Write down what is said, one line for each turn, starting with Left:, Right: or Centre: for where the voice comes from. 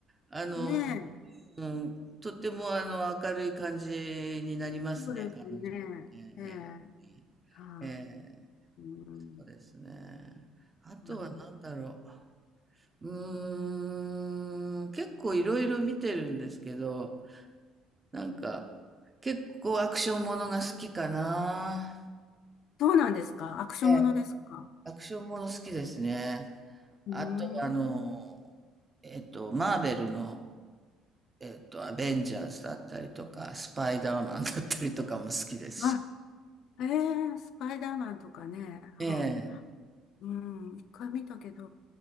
Right: あの、
Left: ねえ。
Right: うん、とっても、あの、明るい感じになりますね、
Left: そうですね。
Right: 彼女の。ええ
Left: ええ。は
Right: ええ
Left: い。うん。
Right: そうですね。あとは何だろ
Left: う
Right: う。うーん、結構いろいろ見てるんですけど、なんか、結構アクションものが好きかな。
Left: そうなんですかアクションものですか
Right: ええ、アクションもの好きですね。
Left: うーん。
Right: あと、あの、えっと、マーベルの、えっと、アベンジャーズだったりとか、スパイダーマンだったりとかも好きですし。
Left: あ、ええ、スパイダーマンとかね。はあ、
Right: ええ。
Left: うん。一回見たけど、